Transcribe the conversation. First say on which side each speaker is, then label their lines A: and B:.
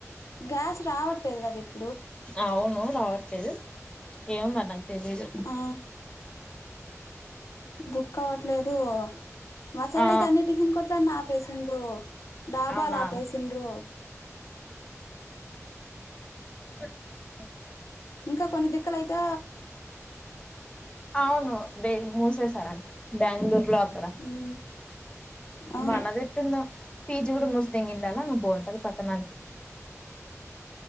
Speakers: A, on the left; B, on the left.
A: గ్యాస్ రావట్లేదు కదా ఇప్
B: అవును రావట్ లేదు ఏమో మరి నాకు తెలీదు
A: ఆ బుక్ అవ్వట్లేదు మా సైడ్
B: ఆ
A: అయితేన్ని టిఫన్ కోట్లన్ని నాపి పసెండ్ర డాబాల
B: అవునా
A: ఆ పేసిండ్రు
B: ఏయ్
A: ఇంకా కొన్ని దిక్కలుయితే
B: అవును బే మూసేసారంట బెంగళూరు లో అక్కడ
A: ఉమ్ అవును
B: మనదేట్టుందొ పీజి కూడా ము తెంగిండాల అ బాగుంటది కతనానికి